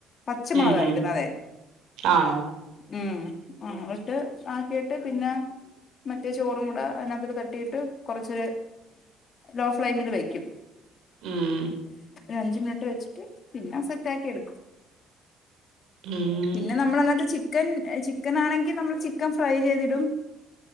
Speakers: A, on the left; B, on the right.
A: പച്ചമൊളകാ
B: ഉം ഉം
A: ഇടുന്നതെ
B: ആണോ
A: ഉം ആ ഇട്ട് ആക്കിയിട്ട് പിന്ന മറ്റേ ചോറും കൂട അതിനകത്തേക്ക് തട്ടിയിട്ട് കൊറച്ച് ലോഫ് ഫ്ലെയിമില് വയ്ക്കും.
B: ഉം
A: ഒരഞ്ചുമിനിറ്റ് വെച്ചിട്ട് പിന്ന സെറ്റാക്കിയെടുക്കും.
B: ഉം
A: പിന്ന നമ്മള് അതിനക'ത്ത് ' ചിക്കൻ ചിക്കനാണെങ്കിൽ നമ്മള് ചിക്കൻ ഫ്രൈ ചെയ്തിടും